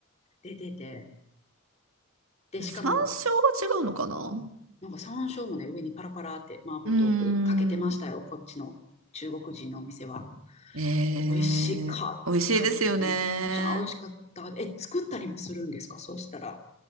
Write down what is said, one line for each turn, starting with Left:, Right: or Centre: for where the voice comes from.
Left: 出てて、で、
Right: 山椒が違うのかな
Left: しかもなんか山椒もね、上にパラパラって麻婆豆腐かけてましたよ、
Right: うーん。
Left: こっちの中国人のお店は。
Right: えー美味しいですよね。
Left: 美味しかった。めっちゃ美味しかった。え、作ったりもするんですかそうしたら、